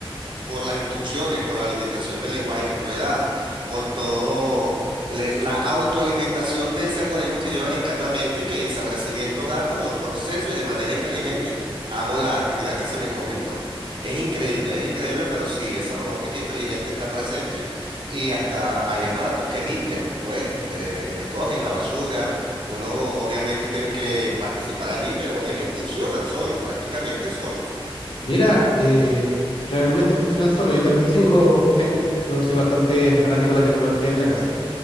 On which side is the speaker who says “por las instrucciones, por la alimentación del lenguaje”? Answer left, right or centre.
Right